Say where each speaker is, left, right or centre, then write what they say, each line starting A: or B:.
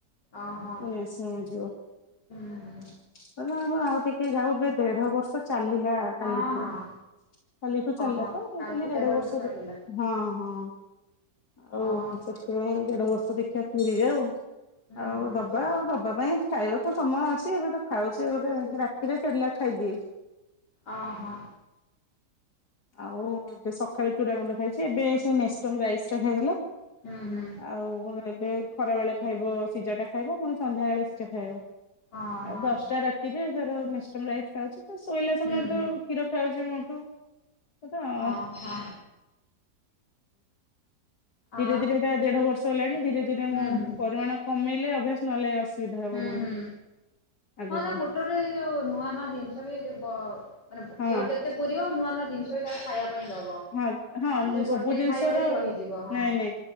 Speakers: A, on the left (about 85°); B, on the left (about 70°).
A: ଓହୋ
B: ପୁଣି ଆସିବ ମାଗିବ।
A: ହୁଁ ହୁଁ
B: <unintelligible> ଆଉ ଟିକେ ଯାଉ ଏବେ ଦେଢ ବର୍ଷ ଚାଲିଲା। କାଲିଠୁ
A: ହଁ ହଁ
B: କାଲିଠୁ ଚାଲିଲା
A: ଓହୋ
B: ତ ମୁ
A: କାଲିଠୁ
B: କହିଲି ଦେଢ ବର୍ଷ
A: ଚାଲିଲା
B: ଦେ ହଁ ହଁ ଆଉ
A: ଓହୋ
B: ସେଥିପାଇଁ ଦେଢ ବର୍ଷ ଦେଖିବା ପୁୁରିଯାଉ
A: ହୁଁ
B: ଆଉ
A: ହୁଁ
B: ଦବା ଆଉ ଦବା ପାଇଁ ଖାଇବା ତ ସମୟ ଅଛି ଏବେ ତ ଖାଉଛି ଗୋଟେ ରାତିରେ ସେରେଲାକ ଖାଇଦିଏ।
A: ଓହୋ।
B: ଆଉ ଏବେ ସକାଳୁ ଚୁଡା ଗୁଣ୍ଡ ଖାଇଛି ଏବେ ସେ ନେଷ୍ଟମ ରାଇସ ଟା ଖାଇଦେଲା।
A: ହୁଁ ହୁଁ।
B: ଆଉ <unintelligible> ଏବେ ଖରା ବେଳେ ଖାଇବ ସିଝାଟା ଖାଇବ ପୁଣି ସନ୍ଧ୍ୟାବେଳେ ସିଝା ଖାଇବ।
A: ଓହୋ
B: ଆଉ ଦଶଟା ରାତିରେ ତାର ନେଷ୍ଟମ ରାଇସ୍ ଖାଉଛି। ଶୋଇଲା ସମୟରେ
A: ହୁଁ ହୁଁ
B: ତ କ୍ଷୀର ଖାଉଛି ମୋଠୁ। ତାକୁତ ଆଉ
A: ଓହୋ
B: ଧୀରେ
A: ଆ
B: ଧୀରେ ସେଇଟା ଦେଢ ବର୍ଷ ହେଲାଣି ଧୀରେ ଧୀରେ
A: ହୁଁ
B: ମୁଁ
A: ହୁଁ
B: ପରିମାଣ କମେଇଲେ ଅଭ୍ୟାସ ନହଲେ ଅସୁବିଧା। ହବ
A: ହୁଁ
B: ପୁଣି।
A: ହୁଁ
B: ଆଗକୁ
A: ହଁ ତା ଗୋଟେ ଗୋଟେ ଯୋଉ ନୂଆ ନୂଆ ଜିନିଷ ବି କ ମାନେ
B: ହଁ
A: ଇଅର ଯେତେ ପୁରିବ ନୂଆ ନୂଆ ଜିନିଷ ବି ତାକୁ ଖାଇବା ପାଇଁ ଦବ।
B: ହଁ ହଁ
A: ନହେଲେ ସେ ଗୋଟେ
B: ସବୁ ଜିନିଷ
A: ଖାଇବାରେ
B: ର
A: ହିଁ ରହିଯିବ ହଁ
B: ନାଇଁ ନାଇଁ